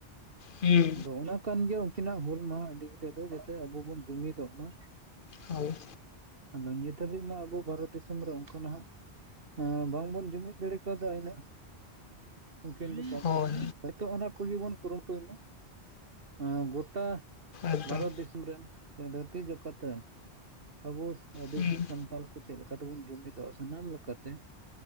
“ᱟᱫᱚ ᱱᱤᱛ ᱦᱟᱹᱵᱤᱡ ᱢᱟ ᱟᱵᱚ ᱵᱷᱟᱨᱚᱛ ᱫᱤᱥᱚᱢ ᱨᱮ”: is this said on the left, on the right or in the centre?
Right